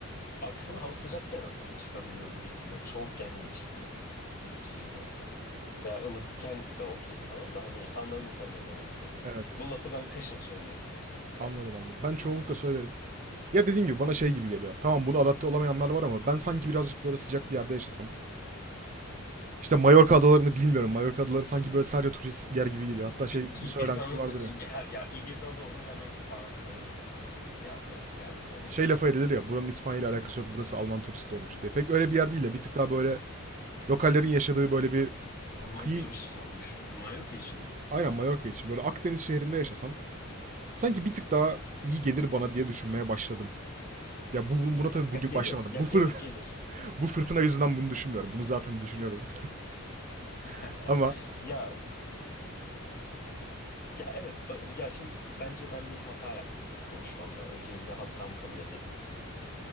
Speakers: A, on the left; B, on the right.
A: aksine hava sıcakken nasıl çıkabiliyor gibi hissediyorum. Soğukken niye çıkayım, çıkayım yani. Veya ılıkken de okey tamam da hani anladın sen ne demek istediğimi.
B: Evet.
A: Bu lafı ben kışın söylerim mesela.
B: Anladım anladım. Ben çoğunlukla söylerim. Ya dediğim gibi bana şey gibi geliyor. Tamam bunu adapte olamayanlar var ama ben sanki birazcık böyle sıcak bir yerde yaşasam. İşte Mallorca adalarını bilmiyorum. Mallorca adaları sanki böyle sadece turistik bir yer gibi geliyor. Hatta şey
A: İ- Ibiza'nın
B: söylentisi vardır ya.
A: ya, ya Ibiza da onun hemen sağında bir anda yani hani
B: şey lafı edilir ya buranın İspanya ile alakası yok burası Alman turist olmuş diye. Pek öyle bir yer değil de bir tık daha böyle lokallerin yaşadığı böyle bir
A: Alman
B: kıyı
A: turist olmuş. Mallorca için mi? <laughs>
B: aynen Mallorca için böyle Akdeniz şehrinde yaşasam sanki bir tık daha iyi gelir bana diye düşünmeye başladım. Ya bu, buna tabii bugün
A: Ya gelir,
B: başlamadım.
A: ya
B: Bu,
A: gelir,
B: fır,
A: gelir.
B: <laughs> bu fırtına yüzünden bunu düşünmüyorum. Bunu zaten düşünüyordum.
A: <laughs>
B: <laughs> Ama
A: Ya ya evet ba- ya şimdi bence ben bir hata yaptım konuşmamda. Öncelikle hatamı kabul edeyim.